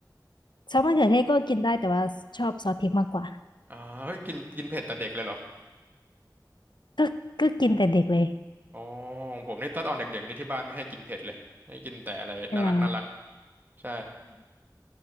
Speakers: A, on the left (about 85°); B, on the right (about 25°).
A: ชอบมะเขือเทศก็กินได้แต่ว่าชอบซอสพริกมากกว่า
B: อ๋อเฮ้ยกินกินเผ็ดแต่เด็กเลยเหรอ
A: ก็ก็กินแต่เด็กเลย
B: อ๋อของผมนี่ตอนตอนเด็กๆนี่ที่บ้านไม่ให้กินเผ็ดเลยให้กินแต่อะไรน่ารักน่ารัก
A: เหรอ
B: ใช่